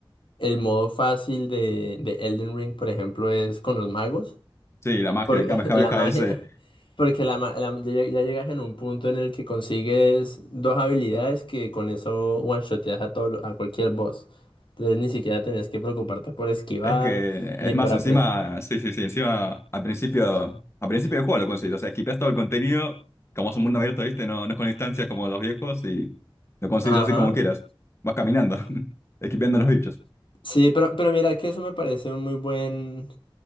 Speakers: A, on the left; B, on the left.
A: el modo fácil de, de Elden Ring, por ejemplo, es con los magos.
B: Sí, la magia,
A: Por,
B: el
A: <laughs>
B: Kamehameha
A: la magia,
B: ese.
A: porque la, ma- la- ya, ya llegas en un punto en el que consigues dos habilidades que con eso one-shoteas a, todo, lo- a cualquier boss. Entonces ni siquiera tenías que preocuparte por esquivar,
B: Es que,
A: ni
B: es
A: por
B: más,
A: aprender.
B: encima, sí, sí, sí, encima, al principio, al principio del juego lo conseguís, o sea, esquipeás todo el contenido, como es un mundo abierto, ¿viste? No, no es con distancias como los viejos y lo consigues
A: Ajá.
B: así como quieras, vas caminando, <laughs> esquipeando los bichos,
A: Sí, pero, pero mira que eso me parece un muy buen,